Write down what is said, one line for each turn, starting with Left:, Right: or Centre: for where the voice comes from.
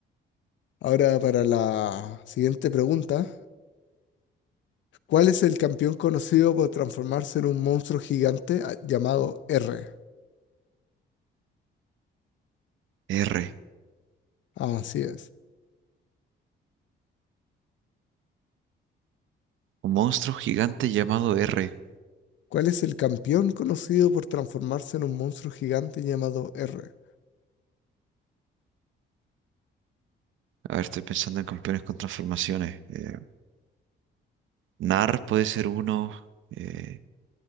Left: Ahora para la siguiente pregunta, ¿cuál es el campeón conocido por transformarse en un monstruo gigante ah, llamado R?
Right: R.
Left: Así es.
Right: Un monstruo gigante llamado R.
Left: ¿Cuál es el campeón conocido por transformarse en un monstruo gigante llamado R?
Right: A ver, estoy pensando en campeones con transformaciones. eh, Nar puede ser uno. Eh,